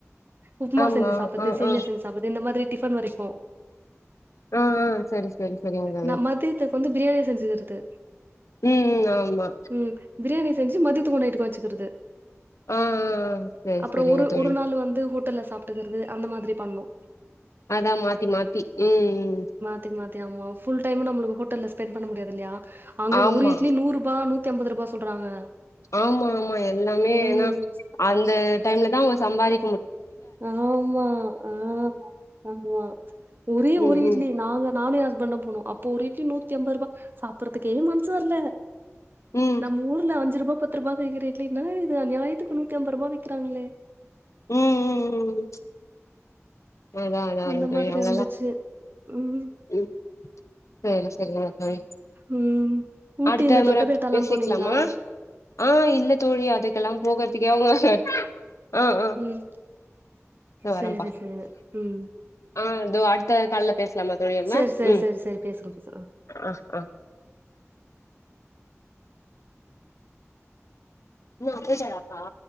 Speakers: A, on the right; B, on the left.
A: உப்புமா
B: ஆமா
A: செஞ்சு சாப்பறது
B: ஆ
A: சேமியா
B: ஆ
A: செஞ்சு சாப்பது இந்த மாரி டிஃபன் வரைக்கு
B: ஆ ஆ சரி சரி சரிங்க தோழி
A: நாம்மது மதியத்துக்கு வந்து பிரியாணி செஞ்சுக்கிறது
B: ம் ம் ஆமா
A: ம் பிரியாணி செஞ்சு மதியத்துக்கு நைட்டுக்கு வச்சுகுறது
B: ஆ ஆ சரி
A: அப்றோ
B: சரிங்க
A: ஒரு
B: தோழி
A: ஒரு நாளு வந்து ஹோட்டல்ல சாப்ட்டுக்கறது அந்த மாரி பண்ணோ
B: அதா மாத்தி மாத்தி உம்
A: த்தி மாத்தி ஆமா ஃபுல் டைம்மோ நம்மளுக்கு ஹோட்டல்ல ஸ்பெண்ட் பண்ண முடியாதுல்லயா அங்க
B: ஆமா
A: ஒரு இட்லி நூறு பா நூத்தி ஐம்பது ரூபா சொல்றாங்க
B: ஆமா ஆமா எல்லாமே
A: ம்
B: ஏன்னா அந்த டைம்ல தாங்க சம்பாரி
A: ஆமா ஆமா ஆமா ஒரே
B: ம்
A: ஓரு இட்லி
B: ம்
A: நாங்க நானு என் ஹஸ்பண்டோ போனோ அப்போ ஒரு இட்லி நூத்தி ஐம்பது ரூபா சாப்பறதுக்கே மன்சு வர்ல
B: ம்
A: நம்ம ஊல அஞ்சி ரூபா பத்து ரூபாக்கி விக்கர இட்லி நா இது அநிஞாயத்துக்கு நூத்தி ஐம்பது ரூபாய்க்கி விக்கிறாங்ளே
B: உம் உம் உம் அதா அதா
A: அந்த
B: தோழி
A: மாதிரி
B: அங்கல்லா
A: இருந்துச்சு ம்
B: ம் சரி சரிங்க ம்
A: ம் ஊட்டி
B: அடுத்தமொற
A: இந்த தொட்டபேட்டால்லா
B: பேசிக்லாமா
A: போனீங்களா
B: ஆ இல்ல தோழி அதுக்கெல்லா போகறதுக்கே அவ்ளதா அ அ
A: ம்
B: தோ வரேம்ப்பா
A: சேரி சேரி ம்
B: ஆ தோ அடுத்த கால்ல பேச்லாமா தோழி இர்னா
A: சேரி சேரி
B: ம்
A: சேரி சேரி பேசுங்க பேசுங்க
B: ஆ ஆ நா போய்ட்டாரா அப்பா